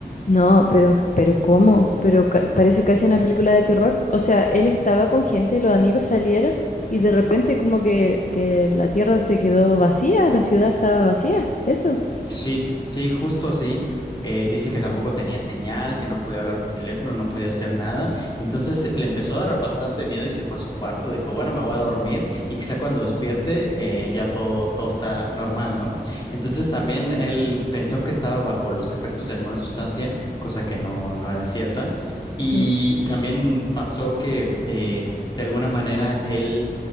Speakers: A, on the left (about 50°); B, on the left (about 25°).
A: No, pero, pero ¿cómo? Pero ca- parece casi una película de terror. O sea, él estaba con gente, los amigos salieron y de repente como que, que la tierra se quedó vacía, la ciudad estaba vacía. Eso.
B: Sí, sí, justo así. Eh, dice que tampoco tenía señal, que no podía hablar por teléfono, no podía hacer nada. Entonces eh, le empezó a dar bastante miedo y se fue a su cuarto. Dijo, bueno, me voy a dormir y quizá cuando despierte eh, ya todo, todo está normal, ¿no? Entonces también él pensó que estaba bajo los efectos de alguna sustancia, cosa que no, no era cierta. Y
A: Ujú.
B: también pasó que eh, de alguna manera él